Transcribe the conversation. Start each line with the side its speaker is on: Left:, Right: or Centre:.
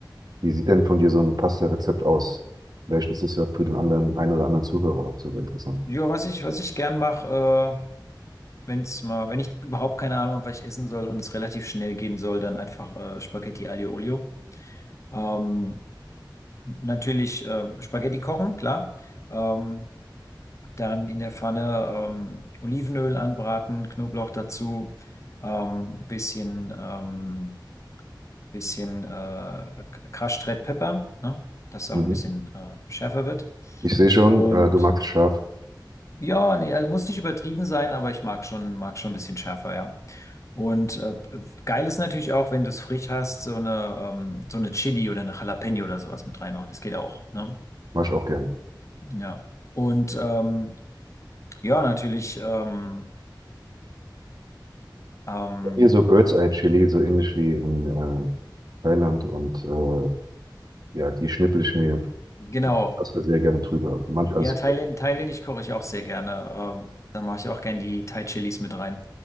Right: wie sieht denn von dir so ein Pasta-Rezept aus? Vielleicht ist es ja für den anderen, einen oder anderen Zuhörer auch sogar interessant.
Left: Ja, was ich, was ich gern mache, äh, wenn's mal, wenn ich überhaupt keine Ahnung habe, was ich essen soll und es relativ schnell gehen soll, dann einfach äh, Spaghetti Aioli. Ähm, natürlich äh, Spaghetti kochen, klar. Ähm, dann in der Pfanne ähm, Olivenöl anbraten, Knoblauch dazu, ähm, bisschen ähm, bisschen äh, Crash Red Pepper, ne? Dass es auch
Right: Mhm.
Left: ein bisschen äh, schärfer wird.
Right: Ich sehe schon,
Left: Und
Right: äh, du magst scharf,
Left: ja, nee, also muss nicht übertrieben sein, aber ich mag schon, mag schon ein bisschen schärfer, ja. Und äh, geil ist natürlich auch, wenn du es frisch hast, so eine, ähm, so eine Chili oder eine Jalapeno oder sowas mit reinmachen. Das geht auch, ne?
Right: mach ich auch gerne.
Left: Ja. Und ähm, ja, natürlich, ähm, ähm,
Right: Hier so Bird's Eye Chili, so ähnlich wie in äh, Thailand und äh, ja, die schnippel ich mir
Left: genau.
Right: die Pasta sehr gerne drüber. Manch,
Left: Ja,
Right: also,
Left: Thailänd, thailändisch koche ich auch sehr gerne. Ähm, da mache ich auch gerne die Thai-Chilis mit rein.